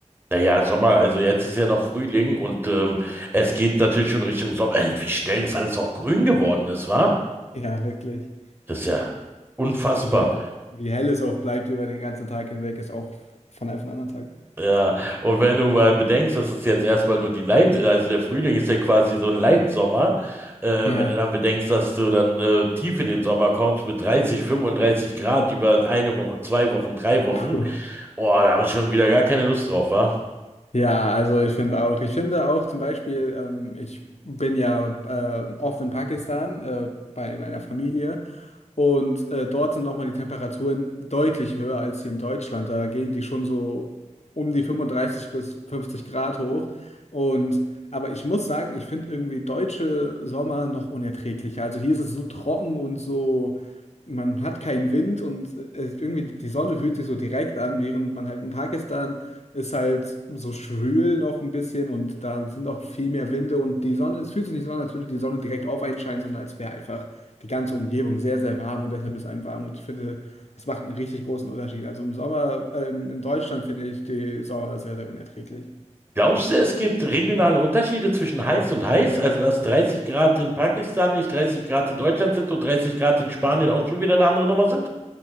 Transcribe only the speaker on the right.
Naja, Sommer, also jetzt ist ja noch Frühling und ähm, es geht natürlich schon Richtung Sommer. Äh, wie schnell das alles auch grün geworden ist, wa?
Das ist ja unfassbar.
Ja, und wenn du mal bedenkst, dass es jetzt erstmal nur die Leit, also der Frühling ist ja quasi so ein Leitsommer, äh,
wenn du dann bedenkst, dass du dann äh, tief in den Sommer kommst mit 30, 35 Grad über eine Woche, zwei Wochen, drei Wochen,
boah, da habe ich schon wieder gar keine Lust drauf, wa?
Glaubst du, es gibt regionale Unterschiede zwischen heiß und heiß? Also, dass 30 Grad in Pakistan nicht 30 Grad in Deutschland sind und 30 Grad in Spanien auch schon wieder eine andere Nummer sind?